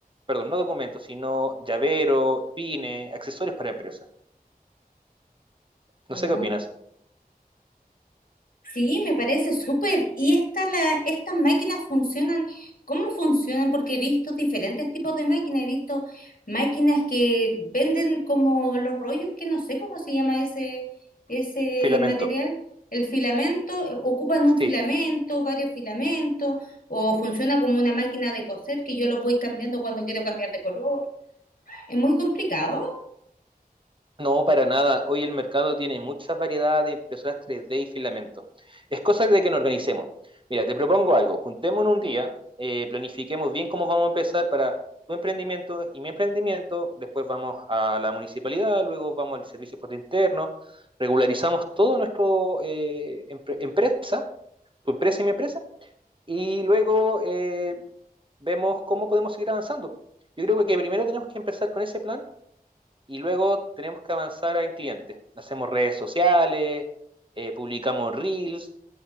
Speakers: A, on the right; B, on the left.
A: Perdón, no documentos, sino llavero, pines, accesorios para empresas.
B: ¿no?
A: No sé qué opinas.
B: Sí, me parece súper. ¿Y esta la, estas máquinas funcionan? ¿Cómo funcionan? Porque he visto diferentes tipos de máquinas. He visto máquinas que venden como los rollos, que no sé cómo se llama ese, ese
A: Filamento.
B: material. El filamento, eh, ocupan un
A: Sí,
B: filamento, varios filamentos, o funciona como una máquina de coser que yo los voy cambiando cuando quiero cambiar de color. Es muy complicado.
A: No, para nada. Hoy el mercado tiene muchas variedades de impresoras 3D y filamentos. Es cosa de que nos organicemos. Mira, te propongo algo. Juntémonos un día, eh, planifiquemos bien cómo vamos a empezar para tu emprendimiento y mi emprendimiento. Después vamos a la municipalidad, luego vamos al servicio por interno. Regularizamos todo nuestro eh, empre- empresa, tu empresa y mi empresa, y luego eh, vemos cómo podemos seguir avanzando. Yo creo que primero tenemos que empezar con ese plan y luego tenemos que avanzar en clientes. Hacemos redes sociales, eh, publicamos reels.